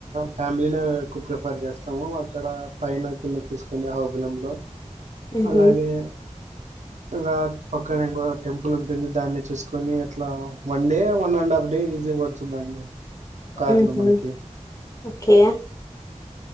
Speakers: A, on the right; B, on the left.
A: ఫ్యామిలీనే ఎక్కువ ప్రిఫర్ చేస్తాము అక్కడ పైన కింద చూసు అహోబిలంలో
B: ఉహు
A: అలాగే ఇంగా పక్కన ఇంగో టెంపుల్ ఉంటుంది దాన్ని చూసుకొని అట్లా one day one and half day easy పడుతుందండి కార్లో
B: ఉహు
A: మనకి
B: ఓకే